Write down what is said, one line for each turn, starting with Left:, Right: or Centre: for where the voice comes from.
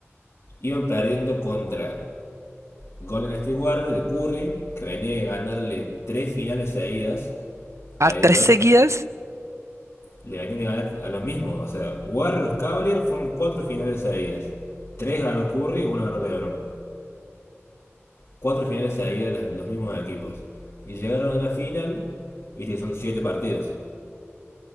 Left: iban perdiendo contra Golden State Warriors de Curry, que venía de ganarle tres finales seguidas
Right: ¿A
Left: a ellos
Right: tres seguidas?
Left: le venían de ganar a los mismos. O sea, Warriors Cavaliers fueron cuatro finales seguidas. Tres ganó Curry, una ganó LeBron. Cuatro finales seguidas los mismos equipos. Y llegaron a la final, viste que son siete partidos.